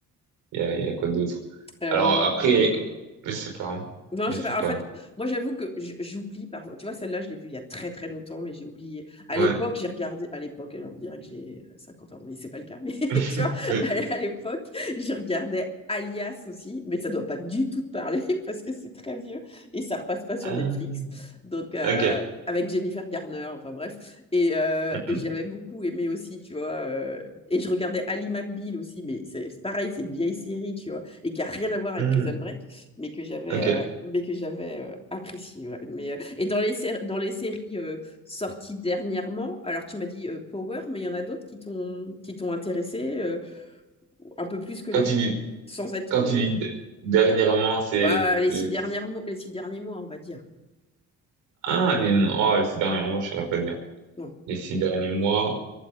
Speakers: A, on the right; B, on the left.
A: Il y a, il y a quoi d'autre?
B: Euh,
A: Alors après, je sais pas. hein.
B: Non,
A: Je
B: je
A: sais
B: sais pas.
A: pas.
B: En fait, moi, j'avoue que j- j'oublie parfois. Tu vois, celle-là, je l'ai vue il y a très très longtemps, mais j'ai oublié. À
A: Ouais.
B: l'époque, j'ai regardé. À l'époque, on dirait que j'ai 50 ans, mais c'est pas le cas. Mais <laughs> tu
A: <laughs>
B: vois, à à l'époque, je regardais Alias aussi, mais ça doit pas du tout te parler <laughs> parce que c'est très vieux et ça repasse pas sur
A: Ah,
B: Netflix. Donc, euh,
A: ok.
B: avec Jennifer Garner, enfin bref. Et, euh,
A: Mhm.
B: et j'avais beaucoup aimé aussi, tu vois. euh, et je regardais Ali McBeal aussi, mais c'est c'est pareil, c'est une vieille série, tu vois, et qui a rien à voir avec
A: Mhm.
B: Prison Break mais que j'avais
A: Ok.
B: euh, mais que j'avais euh, apprécié ouais. mais euh, et dans les sé- dans les séries euh, sorties dernièrement alors tu m'as dit euh, Power mais il y en a d'autres qui t'ont qui t'ont intéressé euh, un peu plus que les
A: Quand tu
B: autres
A: dis
B: sans être
A: quand tu
B: euh,
A: dis d- dernièrement, c'est
B: ouais, les
A: c'est-
B: six dernières mois les six derniers mois on va dire
A: ah les oh les six derniers mois, je saurais pas dire.
B: non
A: Les six derniers mois,